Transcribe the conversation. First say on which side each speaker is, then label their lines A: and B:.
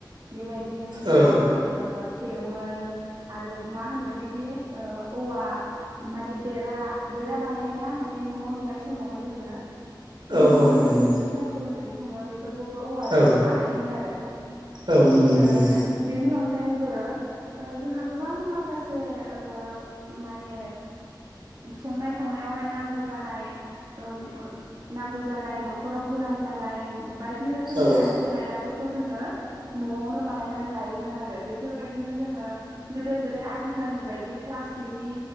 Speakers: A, on the right; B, on the right.
A: बेबायदिनो जोंहा
B: औ
A: ओ थेवोल आरो मा होनो बिदि ओ औवा माने बेरा बेरा बानायोना माने न' लुनाय समावहाय जोङो
B: औ
A: इन्जुर
B: औ नंगौ नंगौ
A: इन्जुर जायखौ होननानै बुङो बेफोरखौबो औवाजोंनो
B: औ
A: बानायोमोन आरो ओ
B: औ नंगौ नंगौ
A: बेनि अन गायैबो ओ जोंहा गोबां माखासे ओ माने संनाय खावनायावहाय नांगौ जानाय ओम ओ नांगौ जानाय नख'राव गोनां गोनां जानाय बायदि रोखोमनि
B: औ
A: आइजें आयलाफोरखौ जोङो न'आवनो बानायनानै लायोमोन आरो बेफोरबायदिनो जोङो गोदो गोदाय आथिखालनि बायदि प्लासटिकनि